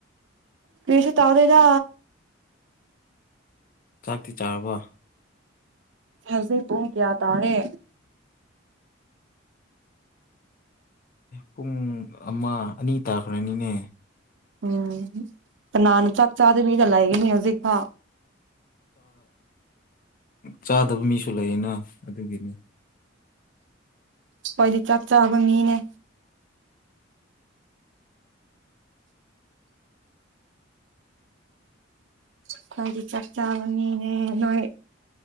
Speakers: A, on the right; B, on the left.
A: ꯀꯔꯤꯁꯨ ꯇꯥꯎꯗꯦꯗ
B: ꯆꯥꯛꯇꯤ ꯆꯥꯔꯕ
A: ꯍꯧꯖꯤꯛ ꯄꯨꯡ ꯀꯌꯥ ꯇꯥꯔꯦ
B: ꯄꯨꯡ ꯑꯃ ꯑꯅꯤ ꯇꯥꯈ꯭ꯔꯅꯤꯅꯦ
A: ꯎꯝ ꯀꯅꯥꯟꯅ ꯆꯥꯛ ꯆꯥꯗ ꯃꯤꯅ ꯂꯥꯏꯒꯅꯤ ꯍꯧꯖꯤꯛꯀꯥ
B: ꯆꯥꯗꯕ ꯃꯤꯁꯨ ꯂꯩꯌꯦꯅ ꯑꯗꯨꯒꯤꯅꯤ
A: ꯑꯩꯈꯣꯏꯗꯤ ꯆꯥꯛ ꯆꯥꯕ ꯃꯤꯅꯦ ꯀꯋꯥꯗꯤ ꯆꯥꯛ ꯆꯅꯤꯅꯦ ꯅꯣꯏ